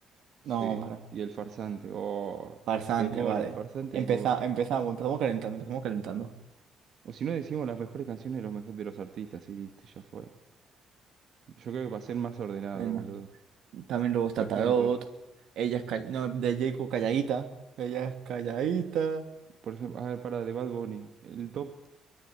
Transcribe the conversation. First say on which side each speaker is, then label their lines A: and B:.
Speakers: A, on the right; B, on the right.
A: No,
B: Sí,
A: para.
B: y el farsante. Oh,
A: Farsante,
B: temor,
A: vale.
B: el farsante.
A: Empeza, empezamos, empezamos calentando, empezamos calentando.
B: O si no decimos las mejores canciones de los, mejo- de los artistas y listo, ya fue. Yo creo que va a ser más ordenado,
A: Venga.
B: boludo.
A: También luego está
B: Por ejemplo,
A: Tarot. Ella es call- no, de Jacob calladita. Ella es calladita.
B: por ejemplo, a ver, para de Bad Bunny, el top